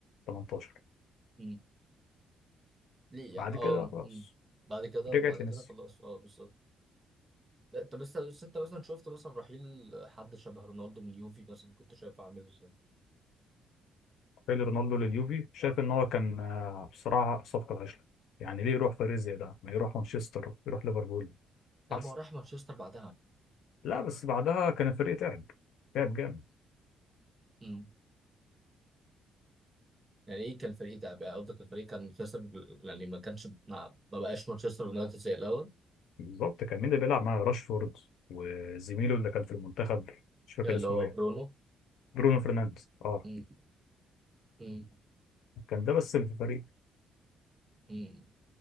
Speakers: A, on the left (about 80°); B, on the right (about 25°).
A: 18
B: مم. ليه يعني
A: بعد
B: اه
A: كده خلاص
B: مم. بعد كده
A: رجعت
B: بعد
A: لميسي
B: كده خلاص اه بالظبط لا انت لسه لسه انت مثلا شفت مثلا رحيل حد شبه رونالدو من اليوفي مثلا كنت شايفه عامل ازاي
A: رجع رونالدو لليوفي شاف ان هو كان آه، بصراحه صفقه فاشله يعني ليه يروح فريق زي ده ما يروح مانشستر يروح ليفربول
B: ده
A: احسن
B: ما هو راح مانشستر بعدها
A: لا بس بعدها كان الفريق تعب تعب جامد
B: امم يعني ايه كان الفريق ده بقى قصدك الفريق كان مانشستر يعني ما كانش ما, ما بقاش مانشستر يونايتد زي الاول
A: بالظبط كان مين اللي بيلعب مع راشفورد وزميله اللي كان في المنتخب مش فاكر
B: اللي
A: اسمه
B: هو
A: ايه
B: برونو
A: برونو فرنانديز اه
B: امم امم
A: كان ده بس اللي في الفريق
B: امم